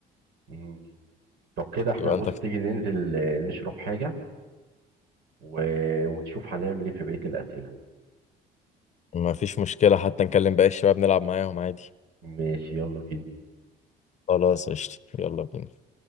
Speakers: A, on the right; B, on the left.
A: مم. طب كده احنا
B: يبقى
A: بص
B: انت
A: تيجي ننزل آه، نشرب حاجة و- ونشوف هنعمل ايه في بقية الأسئلة
B: ما فيش مشكله حتى نكلم باقي الشباب نلعب معاهم عادي
A: ماشي يلا بينا
B: خلاص قشطة يلا بينا